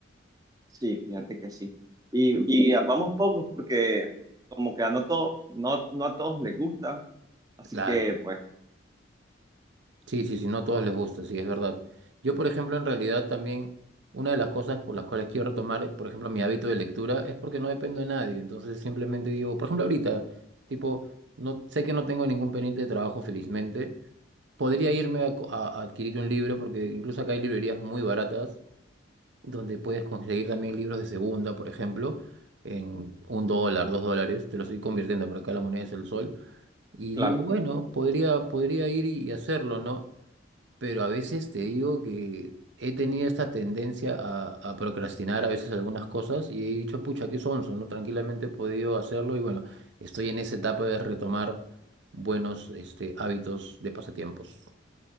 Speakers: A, on the right (about 20°); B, on the right (about 65°).
A: Sí, fíjate que sí. Y, y ah, vamos pocos porque como que a no, to- no, no a todos les gusta. Así
B: Claro.
A: que pues,
B: Sí, sí, sí, no a todos les gusta, sí, es verdad. Yo, por ejemplo, en realidad también una de las cosas por las cuales quiero retomar, por ejemplo, mi hábito de lectura es porque no dependo de nadie. Entonces simplemente digo, por ejemplo, ahorita, tipo, no sé que no tengo ningún pendiente de trabajo, felizmente. Podría irme a, co- a- a adquirir un libro, porque incluso acá hay librerías muy baratas donde puedes conseguir también libros de segunda, por ejemplo, en un dólar, dos dólares, te lo estoy convirtiendo, pero acá la moneda es el sol, y
A: claro,
B: digo, bueno,
A: claro.
B: podría, podría ir y y hacerlo, ¿no? Pero a veces te digo que he tenido esta tendencia a, a procrastinar a veces algunas cosas y he dicho, pucha, qué sonso, ¿no? Tranquilamente he podido hacerlo y bueno, estoy en esa etapa de retomar buenos, este, hábitos de pasatiempos.